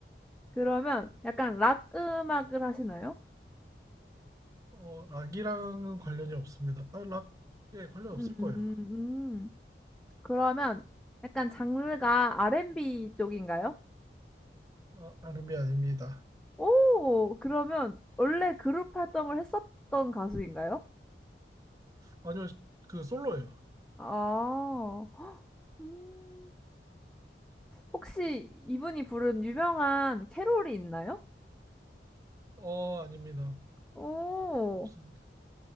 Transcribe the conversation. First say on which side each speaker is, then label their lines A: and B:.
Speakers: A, in the centre; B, on the right (about 20°).
A: 그러면 약간 락 음악을 하시나요?
B: 어, 락이랑은 관련이 없습니다. 아, 락에 관련 없을
A: 음
B: 거예요.
A: 음. 음. 그러면 약간 장르가 R&B 쪽인가요?
B: 아, 아름이 아닙니다.
A: 오 그러면 원래 그룹 활동을 했었던 가수인가요?
B: 아니요, 그 솔로예요.
A: 아. <gasps> 헉, 음. 혹시 이분이 부른 유명한 캐롤이 있나요?
B: 어, 아닙니다.
A: 오!
B: 없습니다.